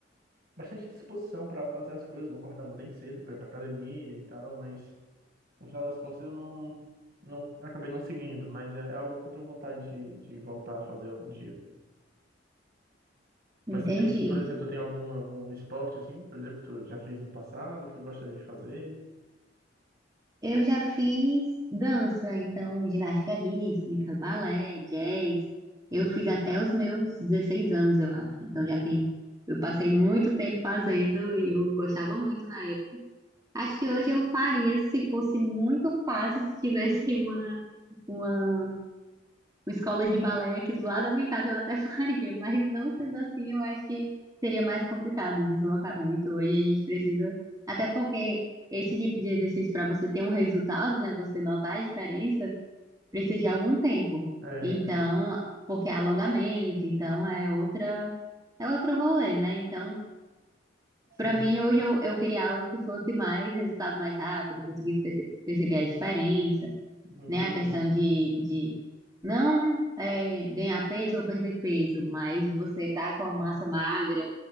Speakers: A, on the right; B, on the right.
A: bastante disposição para fazer as coisas. Eu acordava bem cedo para ir para academia e tal, mas no final das contas eu não, não acabei não seguindo. Mas é algo que eu tenho vontade de, de voltar a fazer algum dia. Mas
B: Entendi.
A: tu tem, por exemplo, tu tem algum, algum esporte assim, por exemplo, que tu já fez no passado, que tu gostaria de fazer?
B: Eu já fiz dança, então ginástica rítmica, balé, jazz. Eu fiz até os meus 16 anos, eu acho. Então já tem. Eu passei muito tempo fazendo e eu gostava muito na época. Acho que hoje eu faria se fosse muito fácil, se tivesse <laughs> uma, uma uma escola de balé aqui do lado da minha casa eu até <laughs> faria, mas não sendo assim, eu acho que seria mais complicado o deslocamento. Hoje a gente precisa, até porque esse tipo de exercício, para você ter um resultado, né, você notar a diferença, precisa de algum tempo.
A: É,
B: Então, porque é alongamento, então é outra, é outro rolê, né? Então, para
A: sim,
B: mim, hoje eu, eu queria algo que fosse mais resultado mais rápido, conseguisse perce- perceber a diferença
A: entendi.
B: né? A questão de, de não é, ganhar peso ou perder peso, mas você tá com a massa magra,